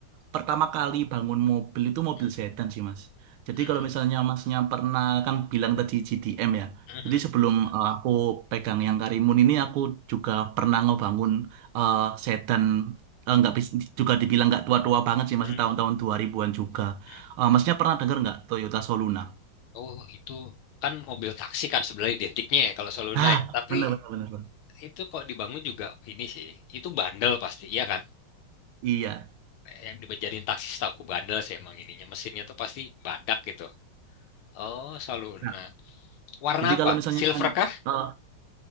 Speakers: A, on the right (about 80°); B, on the left (about 80°).
A: pertama kali bangun mobil itu mobil
B: Hmm,
A: sedan sih Mas. Jadi
B: hmm,
A: kalau misalnya Masnya pernah kan bilang tadi GDM ya.
B: hmm,
A: Jadi
B: hmm,
A: sebelum eh, aku pegang yang Karimun ini aku juga pernah ngebangun eh, sedan eh, nggak bis- juga dibilang nggak tua-tua banget sih masih
B: hmm.
A: tahun-tahun 2000-an juga.
B: hmm.
A: Eh, masnya pernah dengar nggak Toyota Soluna?
B: Oh, itu kan mobil taksi kan sebenarnya identiknya ya kalau Soluna
A: Ah,
B: ya. Tapi
A: benar benar benar. Benar.
B: itu kok dibangun juga ini sih. Itu bandel pasti, iya kan?
A: Iya.
B: Yang dibejadiin taksi setauku bandel sih emang ininya. Mesinnya tuh pasti badak gitu. Oh, Soluna.
A: Nah,
B: Warna
A: jadi
B: apa?
A: kalau misalnya
B: Silver
A: kan,
B: kah?
A: eh,